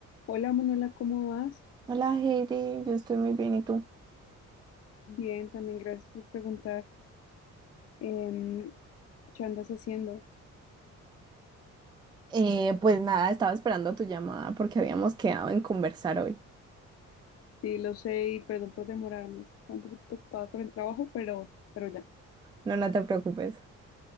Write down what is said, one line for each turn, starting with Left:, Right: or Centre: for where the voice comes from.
Left: Hola Manuela, ¿cómo vas?
Right: Hola Heidi, yo estoy muy bien, ¿y tú?
Left: Bien, también gracias por preguntar. Em, ¿qué andas haciendo?
Right: Eh, pues nada, estaba esperando tu llamada porque habíamos quedado en conversar hoy.
Left: Sí, lo sé y perdón por demorarme, es que estaba un poquito ocupada con el trabajo, pero, pero ya,
Right: No, no te preocupes.